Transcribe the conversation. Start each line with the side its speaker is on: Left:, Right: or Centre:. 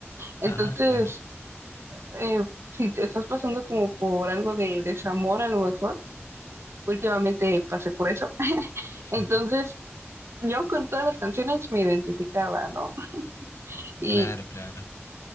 Right: Entonces,
Left: ajá, claro.
Right: eh, si te estás pasando como por algo de desamor a lo mejor, últimamente pasé por eso. <laughs>
Left: <laughs>
Right: Entonces, yo con todas las canciones me identificaba, ¿no? Y
Left: Claro, claro.